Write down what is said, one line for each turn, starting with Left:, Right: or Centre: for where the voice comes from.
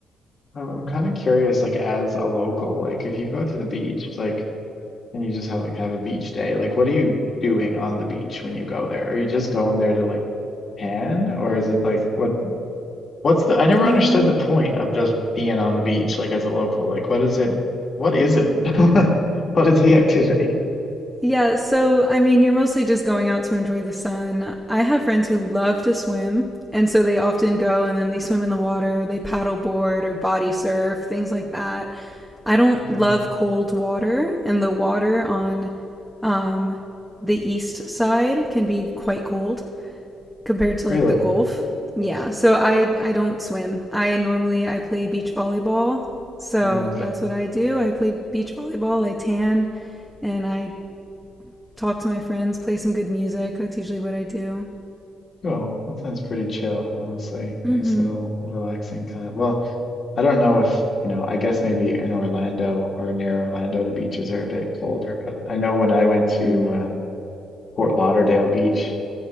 Left: I'm, I'm kind of curious, like as a local, like if you go to the beach, like and you just have like have a beach day, like what are you doing on the beach when you go there? Are you just going there to like pan, or is it like what what's the I never
Centre: Um,
Left: understood the point of just being on the beach, like as a local. Like what is it? What is it? <laughs> What is the activity?
Centre: Yeah, so I mean, you're mostly just going out to enjoy the sun. I have friends who love to swim, and so they often go and then they swim in the water, they paddle board or body surf, things like that. I don't
Left: Okay.
Centre: love cold water, and the water on um, the east side can be quite cold compared to
Left: Really?
Centre: like the Gulf. Yeah, so I I don't swim. I normally I play beach volleyball. So
Left: Hmm.
Centre: that's what I do. I play beach volleyball, I tan, and I talk to my friends, play some good music. That's usually what I do.
Left: Well, that sounds pretty chill, honestly.
Centre: Mm-hmm.
Left: Nice little relaxing time. Well, I don't know if, you know, I guess maybe in Orlando or near Orlando, the beaches are a bit colder, but I know when I went to
Centre: Mm-hmm.
Left: um, Fort Lauderdale Beach,